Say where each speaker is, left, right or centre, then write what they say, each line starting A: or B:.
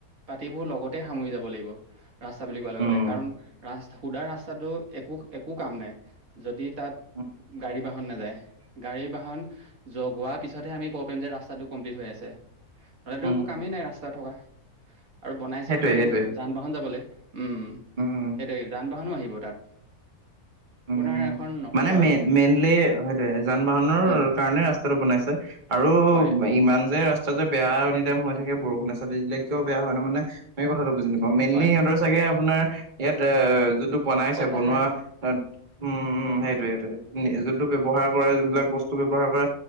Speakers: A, on the right (about 65°); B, on the right (about 35°).
A: পাতিবোৰ লগতে সামৰি যাব লাগিব। ৰাস্তা বুলি কোৱা লগে
B: উম,
A: -লগে কাৰণ ৰাস্ত সুধা ৰাস্তাটো একো -একো কাম নাই যদি তাত
B: উম
A: গাড়ী বাহন নাযায় গাড়ী বাহন য গোৱা পিছতহে আমি ক'ব পাৰিম যে ৰাস্তাটো কমপ্লিট হৈ আছে নহলেতো
B: উম
A: একো কামেই নাই ৰাস্তাত থকা। আৰু বনাইছেতো
B: সেইটোৱে,
A: তাকো
B: সেইটোৱে,
A: যান- বাহন যাবলে। উম,
B: উম,
A: সেইটোৱে যান- বাহনো আহিব তাত।
B: উম,
A: আপোনাৰ এখন নক'ব
B: মানে মেইন-
A: আৰু
B: মেইনলি সেইটোৱে যান- বাহনৰ
A: উম
B: কাৰণে ৰাস্তাটো বনাইছে আৰু
A: হয়
B: ইমান যে ৰাস্তা যে বেয়া এনিটাইম হৈ থাকে বৰষুণে ৰাস্তাটোত দিলে কিয় বেয়া হয় তাৰমানে সেই কথাটো বুজি নাপাওঁ মেইনলি
A: হয়
B: ইহঁতৰ চাগে আপোনাৰ ইয়াত এত যোনটো বনাইছে
A: পইচা
B: বনোৱা
A: খায়
B: তাত উম- উম সেইটোৱে - সেইটোৱে। উম, যোনটো ব্যৱহাৰ কৰা যোনবিলাক বস্তু ব্যৱহাৰ কৰা